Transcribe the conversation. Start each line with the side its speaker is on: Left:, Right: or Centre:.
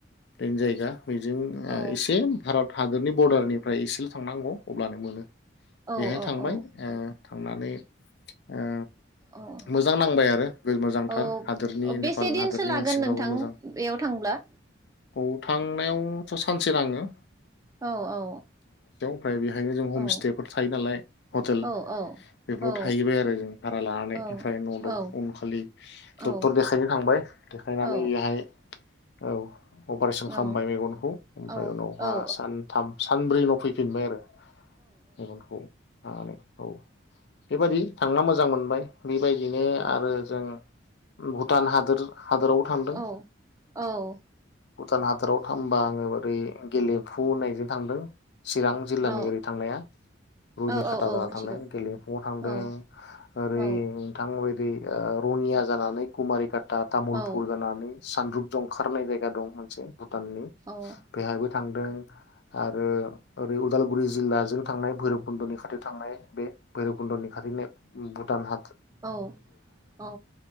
Left: प्लेन जायगा बिदिन ओ
Right: औ
Left: एसे भारत हादरनि बरर्डारनि ओमफ्राय इसेल थांनांगौ अब्लानो मोनो
Right: औ
Left: बेहाय
Right: औ
Left: थांबाय
Right: औ
Left: ओ थांनानै ओ
Right: औ
Left: मोजां नांबाय आरो मोजांथार
Right: औ
Left: हादोरनि
Right: बेसे
Left: नेपाल
Right: दिनसो
Left: हादोरनि
Right: लागोन
Left: मानसिफ्राबो
Right: नोंथां
Left: मोजां
Right: बेयाव थांब्ला
Left: औ थांनायावथ सानसे नांङो
Right: औ औ
Left: ओमफ्राय बेहायनो जों
Right: औ
Left: हमस्टेफोर थायो नालाय हटेल
Right: औ औ
Left: बेफोराव
Right: औ
Left: थाहैबाय आरो जों भारा लानानै
Right: औ
Left: ओमफ्राय न
Right: औ
Left: उनखालि
Right: औ
Left: डक्टर देखायनो थांबाय देखायनानै
Right: औ
Left: बेहाय औ अपारेशन खालामबाय
Right: औ
Left: मेगनखौ ओमफ्राय
Right: औ
Left: उनावहा
Right: औ
Left: सानथाम सानब्रै उनाव फैफिनबाय आरो मेगनखौ लानानै औ बेबादि थांना मोजां मोनबाय बेबायदिनो आरो जों भुटान हादोर हादोरावबो थांदों
Right: औ औ
Left: भुटान हादराव थांबा माबै गेलेफु होननायजों थांदों चिरां जिल्लानि
Right: औ
Left: ओरै थांनाया रुनिकाटा
Right: औ औ
Left: जा
Right: मिथिगौ
Left: थांनाय गेलेमफुङाव थांदों
Right: औ
Left: ओरै
Right: औ
Left: नोंथां ओ रङिया जानानै कुमारिका- तामुलपुर
Right: औ
Left: जानानै सानद्रुप जंखारनाय <unintelligible> <unintelligible> दं होनसै भुटाननि
Right: औ
Left: बेहायबो थांदों आरो ओरै उदालगुरि जिल्लाजों थांनाय भैरबकुन्द'नि खाथियाव थांनाय बे भैरबकुन्द'नि खाथिनि भुटान हाट
Right: औ औ